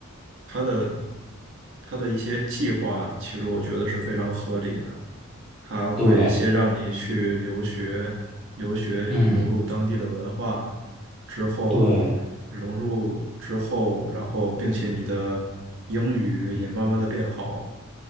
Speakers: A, on the right; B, in the centre.
A: 它的它的一些计划，其实我觉得是非常合理的。它会先让你去留学，
B: 对，
A: 留学融入当地的文化，
B: 嗯，
A: 之后
B: 对，
A: 融入之后，然后并且你的英语也慢慢的变好，